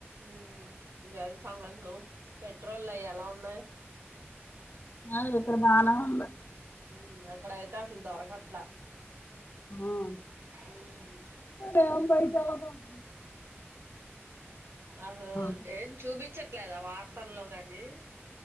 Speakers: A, on the right; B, on the left.
A: ఉహ్మ్ ఇంగ్ ఏం సంగత్లు పెట్రోల్ల ఎలా ఉన్నాయ్.
B: <unintelligible> ఇప్పుడు వాళ ఉళ
A: ఉమ్ అక్కడైతే అసలు దొరకట్లా.
B: <unintelligible>
A: ఉమ్ అసలు
B: ఆ
A: ఏం చూపించట్లేదా వార్తల్లో గాని <inaudible>